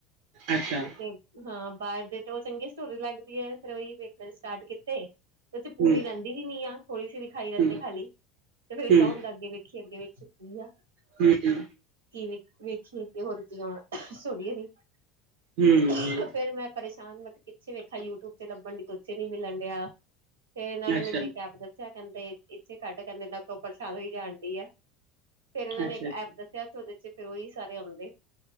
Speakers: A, on the right; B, on the right.
A: ਅੱਛਾ।
B: ਤੇ ਹਾਂ ਬਾਹਰ ਦੇ ਤੇ ਉਹ ਚੰਗੀ ਸਟੋਰੀ ਲੱਗਦੀ ਏ, ਫਿਰ ਉਹੀ ਵਖ ਫਿਰ ਸਟਾਰਟ ਕੀਤੇ, ਉਹ 'ਚ ਪੂਰੀ
A: ਹੂੰ,
B: ਰਹਿੰਦੀ ਵੀ ਨੀ ਆ, ਥੋੜੀ ਸੀ ਦਿਖਾਈ ਰਹਿੰਦੇ
A: ਹੂੰ,
B: ਖਾਲੀ ਤੇ ਫਿਰ
A: ਹੂੰ,
B: ਅੱਗੇ ਵੇਖੀ, ਅੱਗੇ ਵਿਚ ਕੀ ਆ।
A: ਠੀਕ ਐ।
B: ਕੀ ਵ ਵੇਖੀਏ ਤੇ ਹੋਰ ਕੀ ਆਉਣਾ <unintelligible>
A: ਹੂੰ,
B: ਤੇ ਫੇਰ ਮੈਂ ਪਰੇਸ਼ਾਨ ਮੈਂਖਿਆ ਅਸੀਂ ਵੇਖਿਆ ਯੂਟਿਊਬ ਤੇ ਲੱਬਣ ਉੱਥੇ ਨੀ ਮਿਲਣ ਡਿਆ ਫਿਰ ਇਹਨਾਂ ਨੇ
A: ਅੱਛਾ,
B: ਮੈਨੂੰ ਇੱਕ ਐਪ ਦੱਸਿਆ ਕਹਿੰਦੇ ਇੱਥੇ ਕੱਢ ਕਹਿੰਦੇ ਨਾ ਕੋ ਪਰੇਸ਼ਾਨ ਹੋਈ ਜਾਣ ਡਈ ਆ। ਫਿਰ ਇਹਨਾਂ
A: ਅੱਛਾ,
B: ਨੇ ਇੱਕ
A: ਅੱਛਾ।
B: ਐਪ ਦੱਸਿਆ ਜੋ ਉਹਦੇ ਫਿਰ ਉਹੀ ਸਾਰੇ ਆਉਂਦੇ।